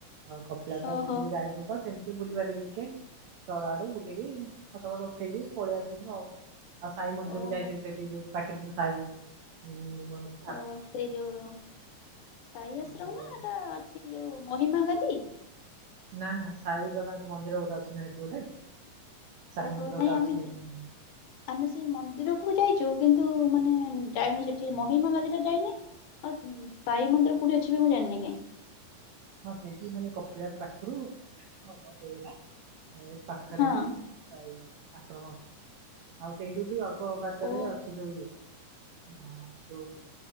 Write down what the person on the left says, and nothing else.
ଓହୋ
ଓହୋ
ହଁ ସେଇ ଯୋଉ ସାଇ ଆଶ୍ରମ
ନା ଏଟା ଅଛି ଯୋଉ ମହିମା ଗାଦି।
ଓହୋ
ନାଇଁ
ଆମେ
ଜା ଆମେ ସେଇ ମନ୍ଦିରକୁ ଯାଇଛୁ କିନ୍ତୁ ମାନେ ଯାଇନୁ ସେଠି ମହିମା ଗାଦି ଟା ଯାଇନେ। ଆଉ ସାଇ ମନ୍ଦିର କଉଠି ଅଛି ବି ମୁଁ ଜାଣିନି କାଇଁ।
ହଁ
ଓ